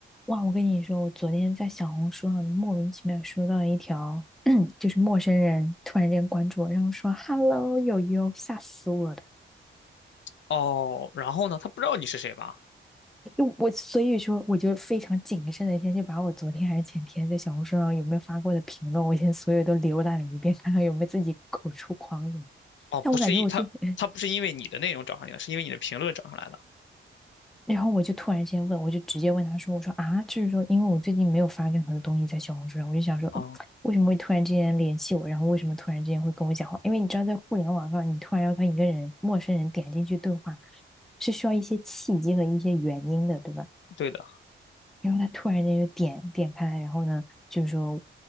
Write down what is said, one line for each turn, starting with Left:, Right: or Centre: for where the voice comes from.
Centre: 哇，我跟你说，我昨天在小红书上莫名其妙收到一条，<clears throat> 就是陌生人突然间关注我，然后说 “hello 友友”，吓死我了。
Left: 哦，然后呢，他不知道你是谁吧？
Centre: 就我所以说，我就非常谨慎的先去把我昨天还是前天在小红书上有没有发过的评论，我先所有都浏览了一遍，看看有没有自己口出狂言。
Left: 哦，不是一他他不是因为你的内容找上你的，
Centre: 但我感觉我最近。
Left: 是因为你的评论找上来的。
Centre: 然后我就突然之间问，我就直接问他说：“我说啊，就是说，因为我最近没有发任何的东西在小红书上，我就想说，
Left: 哦，
Centre: 嗯为什么会突然之间联系我？然后为什么突然之间会跟我讲话？因为你知道，在互联网上，你突然要跟一个人、陌生人点进去对话，是需要一些契机和一些原因的，对吧？
Left: 对的，
Centre: 然后他突然间就点点开，然后呢，就是说